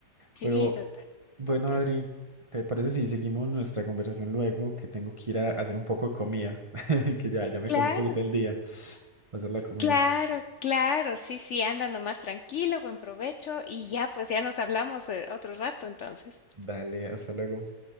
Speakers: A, on the left (about 70°); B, on the right (about 45°).
A: Sí,
B: Pero
A: total,
B: bueno,
A: total.
B: Adri, ¿te parece si seguimos nuestra conversación luego? Que tengo que ir a hacer un poco de comida, <laughs> que ya, ya me
A: Claro,
B: cogí un poquito el día, <sniffs> Va a hacer la comida.
A: claro, claro, sí, sí, anda nomás tranquilo, buen provecho y ya, pues ya nos hablamos, eh, otro rato entonces.
B: Dale, hasta luego.